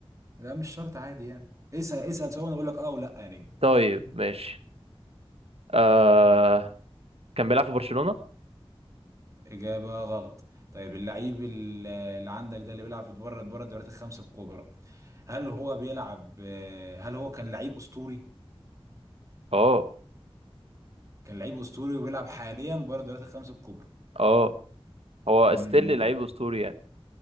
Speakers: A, on the right (about 30°); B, on the right (about 80°).
A: لا مش شرط عادي يعني اسأل اسأل سؤال وانا اقول لك اه ولا يا نجم
B: طيب ماشي آه كان بيلعب في برشلونة
A: اجابة غلط طيب اللعيب اللي اللي عندك ده اللي بيلعب في بره بره الدوريات الخمس الكبرى هل هو بيلعب آه، هل هو كان لعيب اسطوري
B: اه
A: كان لعيب اسطوري وبيلعب حاليا بره الدوريات الخمس الكبرى
B: اه هو
A: امم
B: ستيل لعيب اسطوري يعني